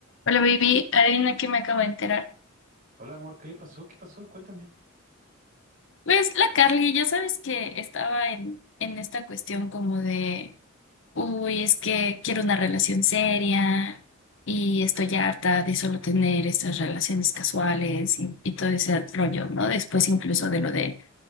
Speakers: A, on the left; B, on the right.
A: Hola, baby. Adivina que me acabo de enterar.
B: Hola amor, ¿qué pasó? ¿Qué pasó? Cuéntame.
A: Pues la Carly, ya sabes que estaba en, en esta cuestión como de, uy, es que quiero una relación seria y estoy harta de solo tener estas relaciones casuales y, y todo ese rollo, ¿no? Después incluso de lo de